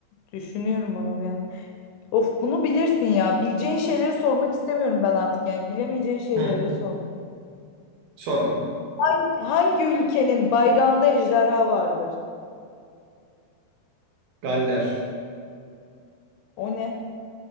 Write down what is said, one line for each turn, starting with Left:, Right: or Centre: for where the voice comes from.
Left: düşünüyorum ama bir yandan. Of bunu bilirsin ya. Bileceğin şeyleri sormak istemiyorum ben artık. Yani bilemeyeceğin şeyleri
Right: Hı.
Left: sor.
Right: Sor bakalım.
Left: Hangi, hangi ülkenin bayrağında ejderha vardır?
Right: Galler.
Left: O ne?